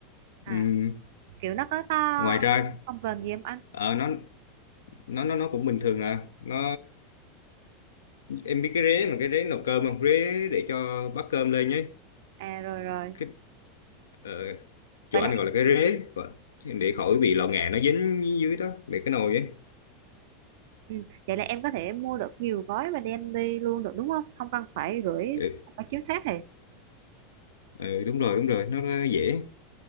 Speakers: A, on the right (about 55°); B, on the left (about 70°).
A: à
B: Ừm,
A: kiểu nó có to
B: ngoài ra
A: không cần gì em anh
B: ờ, nó nó nó nó cũng bình thường à nó em biết cái rế mà cái rế nấu cơm không rế để cho bát cơm lên nhé
A: à rồi rồi
B: cái ờ, chỗ
A: Vậy
B: anh gọi là cái rế Ờ, để khỏi bị lò nghè nó dính dưới đó để cái nồi ấy
A: Ừ. Vậy là em có thể mua được nhiều gói và đem đi luôn được đúng không? Không cần phải gửi
B: ừ.
A: một cái chiếc khác thì.
B: Ừ, đúng rồi đúng rồi nó rất dễ